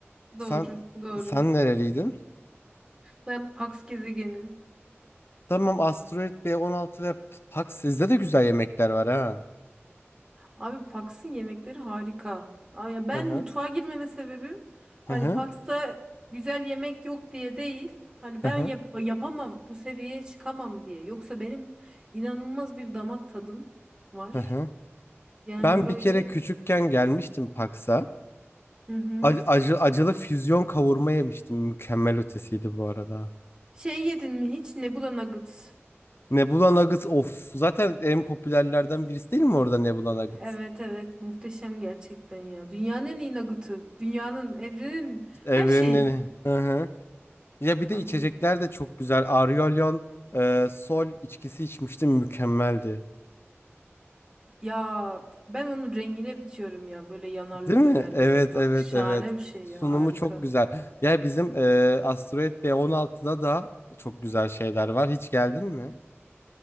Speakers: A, on the left; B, on the right.
A: Sen
B: Doğru, doğru.
A: sen nereliydin?
B: Ben Pax gezegeni.
A: Tamam Asteroid B16 ve Pax sizde de güzel yemekler var ha.
B: Abi Pax'ın yemekleri harika. Aa, ya ben
A: Hı hı.
B: mutfağa girmeme sebebim hani
A: Hı hı.
B: Pax'ta güzel yemek yok diye değil. Hani
A: Hı
B: ben
A: hı.
B: yap yapamam, bu seviyeye çıkamam diye. Yoksa benim inanılmaz bir damak tadım var.
A: Hı hı.
B: Yani
A: Ben
B: böyle
A: bir kere küçükken gelmiştim Pax'a.
B: hı hı.
A: Ac- acı, acılı füzyon kavurma yemiştim. Mükemmel ötesiydi bu arada.
B: Şey yedin mi hiç? Nebula Nugget.
A: Nebula Nuggets of. Zaten en popülerlerden birisi değil mi orada Nebula Nuggets?
B: Evet evet muhteşem gerçekten ya. Dünyanın en iyi nugget'ı. Dünyanın, evrenin,
A: Evrenin.
B: her şeyin.
A: Hı hı. Ya bir
B: Abi
A: de içecekler de çok güzel. Aryolyon e, Sol içkisi içmiştim. Mükemmeldi.
B: ya ben onun rengine bitiyorum ya böyle yanarlı
A: Değil mi?
B: dönerli.
A: Evet,
B: Ha-
A: evet,
B: Şahane
A: evet.
B: bir şey
A: Sunumu
B: ya harika.
A: çok güzel. Ya bizim e, Asteroid B16'da da çok güzel şeyler var. Hiç geldin mi?